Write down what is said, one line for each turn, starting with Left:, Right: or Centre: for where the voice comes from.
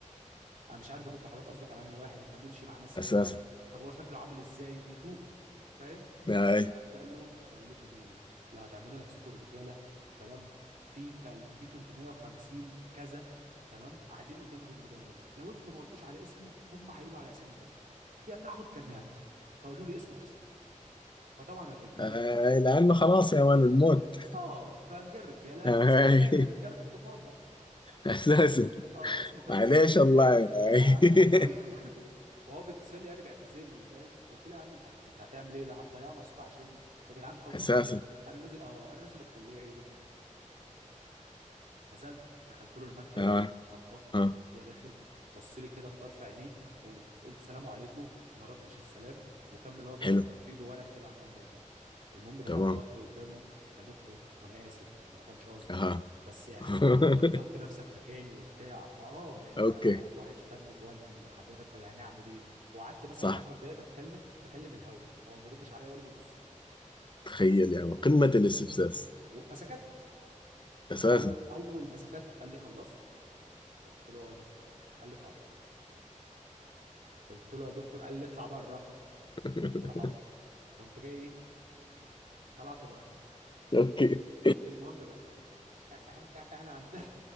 Right: انا مش عارف يا دكتور حضرتك قصدك على انهي واحد احنا بنمشي مع ناس
Left: أساسا
Right: ياما طب هو شكله عامل ازاي بيتوهوا فاهم
Left: أي
Right: قام قال لهم بقول لكم ايه لو هتعملوا نفسكم رجاله تمام في تل... في 350 كذا تمام قاعدين قدامي في المدرج لو انتوا ما قلتوش على اسمه هم هيقولوا على اساميكم انتوا يا اما هاخد كارنيهاتكم فقولوا لي اسمه احسن فطبعا الرجاله
Left: أي لأنه خلاص يا مان الموت
Right: اه فقام جه الرجاله
Left: <laughs> أي
Right: مسلماني ان جالك الطوفان بقى
Left: أساسا
Right: اه اسمه كذا
Left: معليش
Right: كذا كذا
Left: الله
Right: آه،
Left: أي
Right: هيعمل
Left: <laughs>
Right: ايه طيب <laughs> فهو بيتصل لي يعني بيعتذر لي فاهم قلت له يا عم انت هت- كنت هتعمل ايه ده هتضيعوا نفسكم عشاني يا جدعان خالص
Left: أساسا
Right: انا نازل انا نازل اه انا نازل الكليه ايه بكره نزلت دخلت له المكتب
Left: أه.
Right: خبطت
Left: أه.
Right: وقمت جاي داخل بص لي كده بطرف عينيه وقلت سلام عليكم ما ردش السلام وكمل هو بيعمله
Left: حلو
Right: كان في ايده ورق كده عمال بيعمله المهم دخلت
Left: تمام
Right: وقفت قدامه يا دكتور وانا اسف وما كانش قصدي
Left: أها
Right: بس يعني
Left: <laughs>
Right: حضرتك حط نفسك مكاني وبتاع ما اه يعني
Left: اوكي
Right: انا واحد واحد شتمني بوالدي حضرتك يعني اعمل ايه وقعدت مثلا
Left: صح
Right: 10 دقائق بتكلم بكلم الهوا هو ما بيردش عليا ولا بيبص لي
Left: تخيل
Right: فس...
Left: يعني قمة الاستفزاز
Right: و- فسكت
Left: اساسا
Right: او اول ما سكت قال لي خلصت قلت له اه يا دكتور قال لي اطلع بره قلت له يا دكتور قال لي اطلع بره
Left: <laughs>
Right: قلت له حاضر قمت جاي ايه طلعت بره
Left: اوكي <laughs>
Right: المهم بقى أ- احنا احنا عندنا